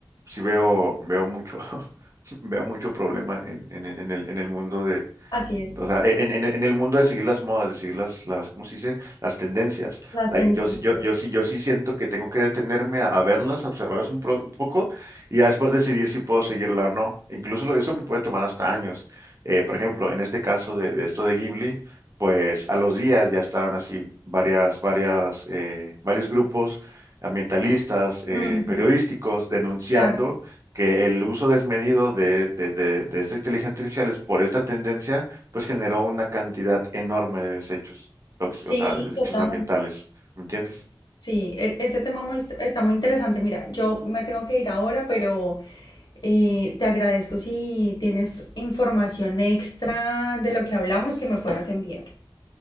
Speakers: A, on the right; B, on the left.
A: sí veo, veo mucho, <laughs> veo mucho problema en, en, en el, en el mundo
B: Así es,
A: o sea, e, en, en- en el mundo de seguir las modas, de seguir las, las, ¿cómo se dice? Las tendencias.
B: las
A: O
B: tendencias.
A: sea, yo, sí- yo, yo sí, yo sí siento que tengo que detenerme a, a verlas, a observarlas un, pro- un poco y ya después decidir si puedo seguirla o no. Incluso lo- eso me puede tomar hasta años. Eh, por ejemplo, en este caso de, de esto de Ghibli, pues a los días ya estaban así varias, varias, eh, varios grupos ambientalistas, eh,
B: Ujú,
A: periodísticos, denunciando
B: Claro,
A: que el uso desmedido de, de, de, de esta inteligencia artificial es por esta tendencia pues generó una cantidad enorme de desechos tóxicos,
B: sí,
A: o sea, de desechos
B: total.
A: ambientales. ¿Me entiendes?
B: Sí, e- ese tema muy, est- está muy interesante. Mira, yo me tengo que ir ahora, pero eh, te agradezco si tienes información extra de lo que hablamos que me puedas enviar.